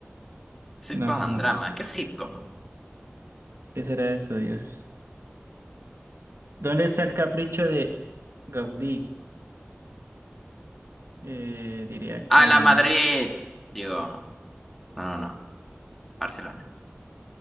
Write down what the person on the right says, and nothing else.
No, no,
no.
¿Qué será eso, Dios? ¿Dónde está el capricho de Gaudí? Eh, diría
que...